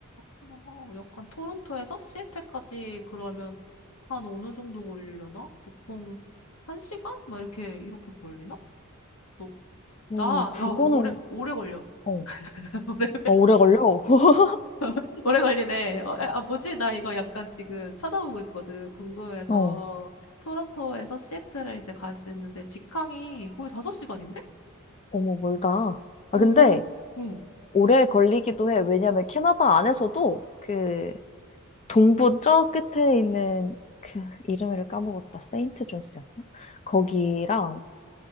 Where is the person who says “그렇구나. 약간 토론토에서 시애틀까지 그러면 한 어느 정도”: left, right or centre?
Left